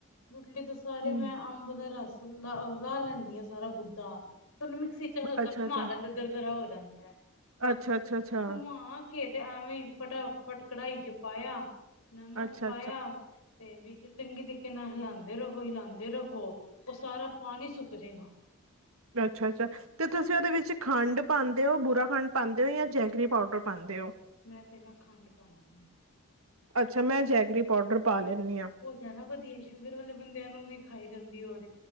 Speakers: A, on the left (about 80°); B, on the right (about 70°).
A: ਗੁਟਲੀ ਤੋ ਸਾਰੇ
B: ਹਮ
A: ਮੈਂ ਆੰਬ ਦਾ ਰਾੱਸ ਲਾ ਓ ਲੈਂਦੀ ਆ ਸਾਰਾ ਗੁੱਦਾ ਫੇਰ ਓਨੂ ਮਿਕਸੀ ਚ ਹਲਕਾ
B: ਅੱਛਾ
A: ਘੁਮਾ
B: ਅੱਛਾ
A: ਲੈਂਦੇ। ਦਰਦਰਾ ਓ ਜਾਂਦੈ
B: ਅੱਛਾ ਅੱਛਾ ਅੱਛਾ
A: ਘੁੰਮਾ ਕੇ ਤੇ ਐਵੇਂ ਈ ਫਟਾ, ਫਟ ਕੜਾਈ ਚ ਪਾਯਾ, ਨਮਕ
B: ਅੱਛਾ ਅੱਛਾ
A: ਪਾਯਾ ਤੇ ਵਿੱਚ ਚੰਗੀ ਤੀਕੇ ਨਾਲ ਹਿਲਾਂਦੇ ਰਵੋ, ਹਿਲਾਂਦੇ ਰਵੋ ਓ ਸਾਰਾ ਪਾਨੀ ਸੁੱਕ ਜੇਗਾ।
B: ਅੱਛਾ-ਅੱਛਾ। ਤੇ ਤੁਸੀਂ ਉਹਦੇ ਵਿੱਚ ਖੰਡ ਪਾਂਦੇ ਹੋ, ਬੁਰਾ ਖੰਡ ਪਾਂਦੇ ਹੋ ਜਾਂ ਜੈਗਰੀ ਪਾਊਡਰ ਪਾਂਦੇ ਹੋ।
A: ਮੈਂ ਤੇ ਨਾ ਖੰਡ ਪਾਨੀਂ ਆ।
B: ਅੱਛਾ, ਮੈਂ ਜੈਗਰੀ ਪਾਊਡਰ ਪਾਲੈਣੀ ਆਂ।
A: ਉਹ ਜਿਆਦਾ ਵਧੀਆ, ਸ਼ੂਗਰ ਵਾਲੇ ਬੰਦਿਆਂ ਨੂੰ ਵੀ ਖਾਈ ਜਾਂਦੀ ਹੋਰ।